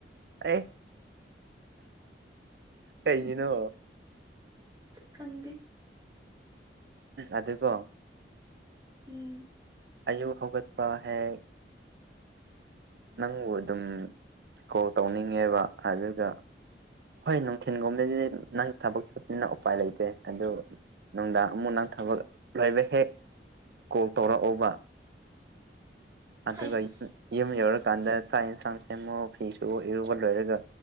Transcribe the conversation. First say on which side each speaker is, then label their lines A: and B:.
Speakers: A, on the right; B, on the right.
A: ꯑꯦ ꯀꯩꯒꯤꯅꯣ
B: ꯈꯪꯗꯦ
A: ꯑꯗꯨꯀꯣ
B: ꯎꯝ
A: ꯑꯌꯨꯛ ꯍꯧꯒꯠꯄ ꯍꯦꯛ ꯍꯥꯏ ꯅꯪꯕꯨ ꯑꯗꯨꯝ ꯀꯣꯜ ꯇꯧꯅꯤꯡꯉꯦꯕ ꯑꯗꯨꯒ ꯍꯣꯢ ꯅꯨꯡꯊꯤꯟꯒꯣꯝꯕ ꯁꯤꯗꯤ ꯅꯪ ꯊꯕꯛ ꯆꯠꯄꯅꯤꯅ ꯎꯄꯥꯏ ꯂꯩꯇꯦ ꯑꯗꯨ ꯅꯨꯡꯗꯥꯡ ꯑꯃꯨꯛ ꯅꯪ ꯊꯕꯛ ꯂꯩꯕ ꯍꯦꯛ ꯀꯣꯜ ꯇꯧꯔꯛꯑꯣꯕ ꯑꯗꯨꯒꯩ
B: ꯍꯩꯁ
A: ꯌꯨꯝ ꯌꯧꯔꯀꯥꯟꯗ ꯆꯥꯛ ꯌꯦꯟꯁꯥꯡ ꯁꯦꯝꯃꯨ ꯐꯤꯁꯨ ꯏꯔꯨꯕ ꯂꯣꯏꯔꯒ